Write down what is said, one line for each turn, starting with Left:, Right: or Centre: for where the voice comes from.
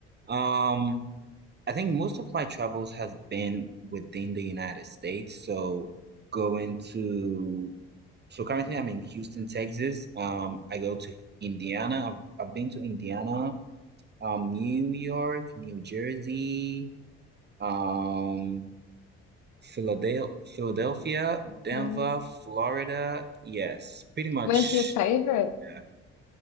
Right: Um, I think most of my travels has been within the United States. So going to, so currently I'm in Houston, Texas. Um, I go to Indiana. I've, I've been to Indiana, um, New York, New Jersey, um, Philadelphia, Philadelphia, Denver,
Left: Wow.
Right: Florida. Yes, pretty much.
Left: Where's your favorite?
Right: Yeah,